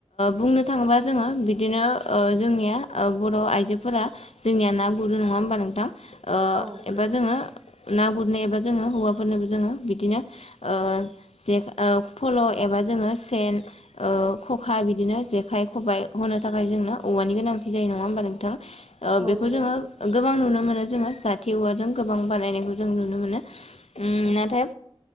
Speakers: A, on the left; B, on the right.
A: बुंनो थाङोबा जोङो बिदिनो ओ जोंनिया ओ बर' आइजोफोरा जोंनिया ना गुरो नङा होमबा नोंथां ओ
B: औ गुरो
A: एबा जोङो ना गुरनो एबा जोंङो हौवाफोरनोबो जोंङो बिदिनो ओ जे फल' एबा जोंङो सेन ओ खखा बिदिनो जेखाय-खबाय होनो थाखाय जोंङो
B: औ
A: औवानि गोनांथि जायो नङा होमबा नोंथां बेखौ
B: नंगौ
A: जोंङो गोबां नुनो नुनो मोनो जोंङो जाथि औवाजों गोबां बानायनायखौ जों नुनो मोनो। उम
B: औ
A: नाथाय